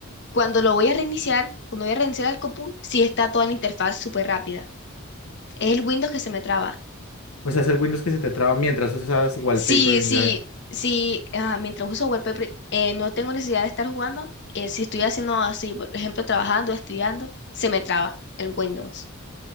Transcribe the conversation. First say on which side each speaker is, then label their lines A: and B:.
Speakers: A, on the left; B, on the left.
A: cuando lo voy a reiniciar, cuando voy a reiniciar el compu, sí está toda la interfaz súper rápida. Es el Windows que se me traba.
B: O sea, es el Windows que se te traba mientras usas wallpaper
A: Sí,
B: en
A: sí,
B: Java.
A: sí, ah, mientras uso wallpaper, eh, no tengo necesidad de estar jugando. eh, si estoy haciendo así, por ejemplo, trabajando, estudiando, se me traba el Windows.